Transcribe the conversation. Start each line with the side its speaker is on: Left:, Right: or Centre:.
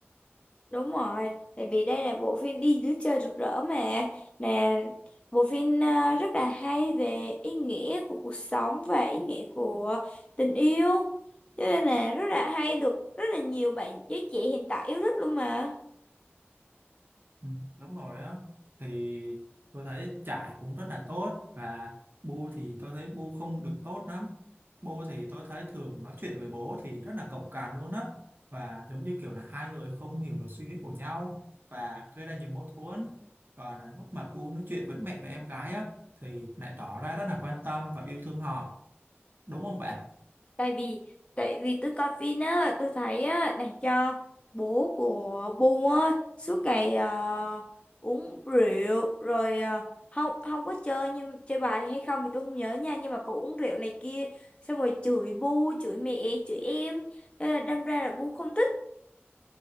Left: Đúng rồi, tại vì đây là bộ phim Đi dưới trời rực rỡ mà mà bộ phim à, rất là hay về ý nghĩa của cuộc sống và ý nghĩa của tình yêu. Cho nên là rất là hay được rất là nhiều bạn giới trẻ hiện tại yêu thích luôn mà.
Right: Ừ, Đúng rồi á thì tôi thấy trải cũng rất là tốt và bu thì tôi thấy bu không được tốt lắm bu thì tôi thấy thường nói chuyện với bố thì rất là cộc cằn luôn á và giống như kiểu là hai người không hiểu được suy nghĩ của nhau và gây ra nhiều mâu thuẫn còn là lúc mà bu nói chuyện với mẹ và em gái á thì lại tỏ ra rất là quan tâm và yêu thương họ đúng không bạn
Left: tại vì tại vì tôi coi phim á tôi thấy á này cho bố của Bu á suốt ngày ờ, uống rượu rồi ờ, không không có chơi nhưng chơi bài hay không thì tôi không nhớ nha nhưng mà cậu uống rượu này kia xong rồi chửi Bu chửi mẹ chửi em Thế là đâm ra là Bu không thích